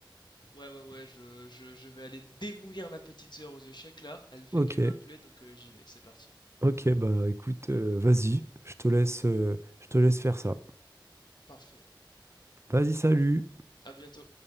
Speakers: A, on the left; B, on the right.
A: Ouais, ouais, ouais, je, je, je vais aller démolir ma petite sœur aux échecs là. Elle fait
B: Ok,
A: que m'appeler, donc euh, j'y vais, c'est parti.
B: ok, bah écoute, euh, vas-y, je te laisse, euh, je te laisse faire ça.
A: Parfait.
B: Vas-y, salut!
A: À bientôt.